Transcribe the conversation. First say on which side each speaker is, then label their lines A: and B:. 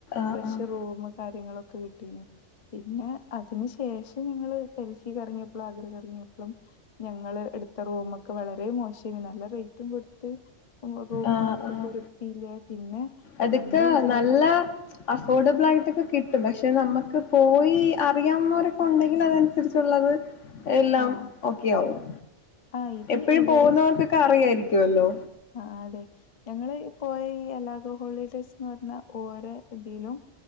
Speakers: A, on the left (about 80°); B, on the left (about 35°).
A: ആഹ്
B: പ്രഷർ
A: ആഹ്
B: റൂം കാര്യങ്ങളൊക്കെ കിട്ടീന് പിന്നെ അതിന് ശേഷം ഞങ്ങള് ഡൽഹി കറങ്ങിയപ്പോളും ആഗ്ര കറങ്ങിയപ്പോളും ഞങ്ങള് ഇടുത്ത റൂമ ഒക്കെ വളരെ മോഷെയനി നല്ല റയ്റ്റും കൊടുത്ത് റൂമൊന്നും
A: ആഹ്
B: അത്രക്ക്
A: ആഹ്
B: വൃത്തിയില്ല പിന്നെ
A: അതൊക്കെ
B: നമ്മള് വിചാരി
A: നല്ല അഫോർഡബിൾ ആയിട്ടൊക്കെ കിട്ടും പക്ഷെ നമുക്ക് പോയി അറിയാവുന്നരൊക്കെ ഉണ്ടെങ്കിൽ അത തിറച്ചുള്ളത് എല്ലാം
B: ആഹ്
A: ഓക്കെ ആവും
B: ആഹ് ഇത്
A: എപ്പഴും
B: ഇവരെ
A: പോന്നവർക്ക് ക്കറിയായിരിക്കുവല്ലോ
B: ആഹ് അതെ ഞങ്ങള് പോയ ഈ അലാഗോ ഹോളിഡേസ് ന്ന പറഞ്ഞാ ഓരോ ഇതീലും